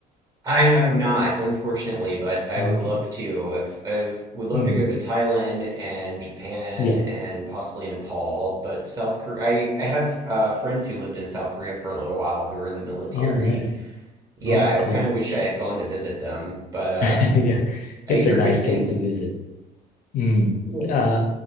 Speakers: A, on the right; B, on the left.
A: I have not, unfortunately, but I
B: Oh,
A: would
B: okay.
A: love to. I've, I've would love
B: Mm,
A: to go to Thailand and Japan
B: yeah.
A: and possibly Nepal, but South Korea. I, I have uh, friends who lived in South Korea for a little while who were in the military.
B: Oh, nice.
A: Yeah,
B: Oh,
A: I
B: cool.
A: kind of wish I had gone to visit them, but uh,
B: <laughs> Yeah.
A: I
B: It's
A: hear
B: a nice
A: good things.
B: place to visit. Mm.
A: Yeah.
B: Uh,